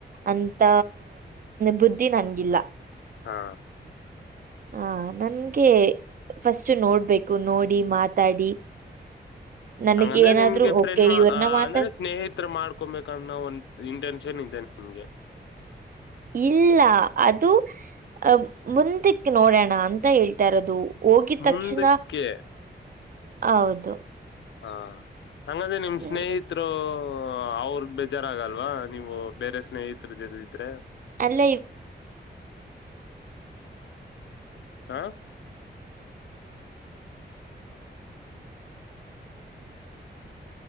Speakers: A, on the right; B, on the left.
A: ಅಂತ ಬುದ್ಧಿ ನನ್ಗಿಲ್ಲ
B: ಹಾ
A: ಹ ನನ್ಗೆ ಫಸ್ಟ್ ನೋಡ್ಬೇಕು ನೋಡಿ ಮಾತಾಡಿ ನನಗೇನಾದ್ರೂ
B: ಹಂಗಂದ್ರೆ ನಿಮ್ಗೆ
A: ಓಕೆ
B: ಫ್ರೆಂಡ್
A: ಇವ್ರನ್ನ ಮಾತಾಡ್
B: ಅಂದ್ರೆ ಸ್ನೇಹಿತ್ರರ ಮಾಡ್ಕೊಬೇಕ ಅನ್ನೋ ಒಂದ್ ಇಂಟೆನ್ಷನ್ ಇದೆ ಹಂಗೆ
A: ಇಲ್ಲಾ ಅದು ಅ ಮುಂದಕ್ಕ ನೋಡೋಣ ಅಂತ ಹೇಳ್ತಾ ಇರೋದು. ಹೋಗಿದ ತಕ್ಷಣ
B: ಮುಂದಕ್ಕೆ
A: ಹೌದು
B: ಹಾ ಹಂಗಾದ್ರೆ ನಿಮ್ಮ್
A: ಹ್ಮ್
B: ಸ್ನೇಹಿತ್ ಅವರ ಬೇಜಾರಗಲ್ವಾ ನೀವು ಬೇರೆ ಸ್ನೇಹಿತರು ಜೊತೆ ಇದ್ರೆ.
A: ಅಲ್ಲ ಇ
B: ಹಾ